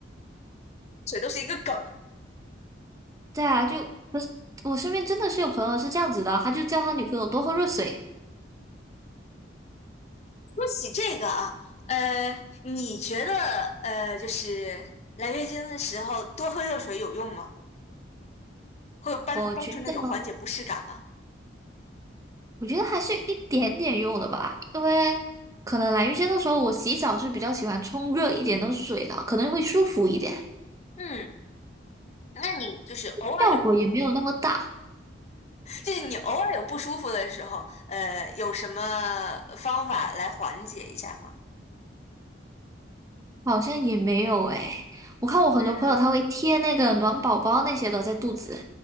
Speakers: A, on the left (about 35°); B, on the right (about 15°).
A: 这都是一个梗。
B: 对啊，就不是我身边真的是有朋友是这样子的，他就叫他女朋友多喝热水。
A: 说起这个啊，呃，你觉得呃就是来月经的时候多喝热水有用吗？会有帮帮助那种缓解不适感吗？
B: 我觉得，我觉得还是有一点点用的吧，因为可能来月经的时候，我洗澡是比较喜欢冲热一点的水的，可能会舒服一点，
A: 嗯，那你就是偶尔有，
B: 效果也没有那么大。
A: 就是你偶尔有不舒服的时候，呃，有什么方法来缓解一下吗？
B: 好像也没有诶，我看我很多朋友他会贴那个暖宝宝那些的在肚子。
A: 嗯